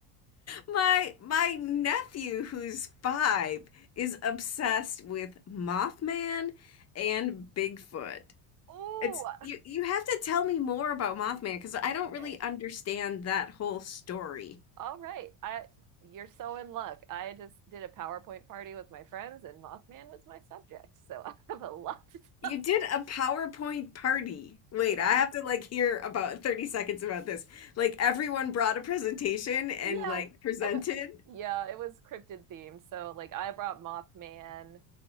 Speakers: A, on the left; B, on the right.
A: My my nephew who's five is obsessed with Mothman and Bigfoot.
B: Ooh.
A: It's you you have to tell me more about Mothman because I don't
B: Okay.
A: really understand that whole story.
B: All right. I you're so in luck. I just did a PowerPoint party with my friends and Mothman was my subject. So <laughs> I have a lot to
A: You
B: tell
A: did
B: you.
A: a PowerPoint party. Wait,
B: Yeah.
A: I have to like hear about <laughs> 30 seconds about this. Like everyone brought a presentation and
B: Yeah.
A: like presented.
B: About, yeah, it was cryptid themed. So like I brought Mothman.